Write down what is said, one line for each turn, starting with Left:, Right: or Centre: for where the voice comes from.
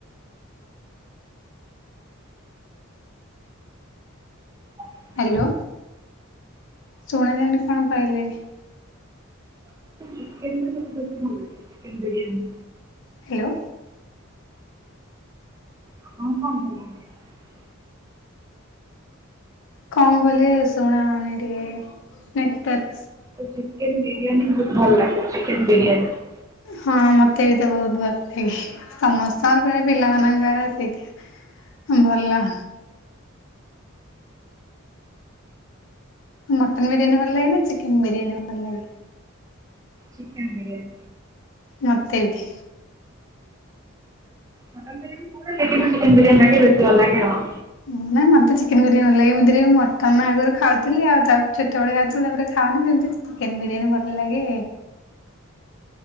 Right: ଭଲ
Left: ହାଲୋ। ଶୁଣା ଯାଉନି କଣ କହିଲେଣି।
Right: ଚିକେନ ର <unintelligible> ଚିକେନ ବିିରିୟାନୀ।
Left: ହାଲୋ।
Right: ହଁ କଣ <unintelligible>
Left: କଣ କହିଲେ ଶୁଣା ଯାଉନି ଟିକେ ନେଟୱର୍କ
Right: ଚିକେନ ବିରିୟାନୀ ବହୁତ ଭଲ ଲାଗେ ଚିକେନ ବିରିୟାନୀ।
Left: ହଁ ମତେ ବି ତ ବହୁତ ଭଲ ଲାଗେ। ସମସ୍ତଙ୍କ ପ୍ରାୟ ପିଲା ମାନଙ୍କର ସେଇାଟା। ଭଲ। ମଟନ୍ ବିରିୟାନୀ ଭଲଲାଗେ ନା ଚିକେନ ବିରିୟାନ ଭଲଲାଗେ?
Right: ଚିକେନ ବିରିୟାନୀ
Left: ମତେ ବି
Right: ମଟନ ବିରିୟାନୀ ଚିକେନ ବିରିୟାନୀ ଟା ବେଶି ଭଲ ଲାଗେ ଆଉ।
Left: ନା ନାଇଁ ମତେ ଚିକେନ ବିରିୟାନୀ ଭଲ ଲାଗେ, ଏମିତି ରେ ବି ମଟନ ଆଗରୁ ଖାଉଥିଲି ଆଉ ତା ଛୋଟବେେଳେ ଖାଉଥିଲ ତାପରେ ଆଉ ଖା ଖାଉନି ଯଦି ଚିକେନ ବିରିୟାନୀ ଭଲ ଲାଗେ